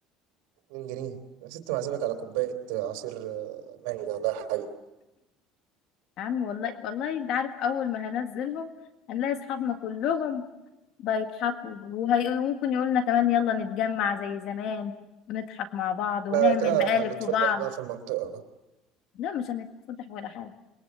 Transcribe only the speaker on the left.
يا عم والله والله انت عارف اول ما هنزلهم هنلاقي اصحابنا كلهم بيضحكوا وهي- وممكن يقولنا كمان يلا نتجمع زي زمان ونضحك مع بعض ونعمل
مقالب
في بعض
لا مش هنتفضح ولا حاجه